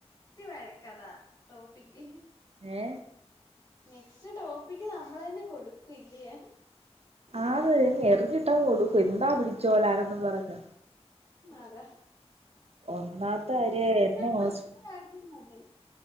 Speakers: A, on the left; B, on the right.
A: ത് വഴക്കതാ ടോപ്പിക്ക്
B: ഏ
A: നെക്സ്റ്റ് ടോപ്പിക്ക് താ നമ്മളെന്നെ കൊടുക്കുംല്ല്യേ
B: ആള് എനി എറിഞ്ഞിട്ടാ കൊടുക്കു എന്താ പിടിച്ചോലനെന്ന് പറഞ്ഞ
A: അതെ
B: ഒന്നാമത്തെ കാര്യം എന്നെ
A: കൊടുത്ത
B: ഹോസ്
A: കാര്യം മതി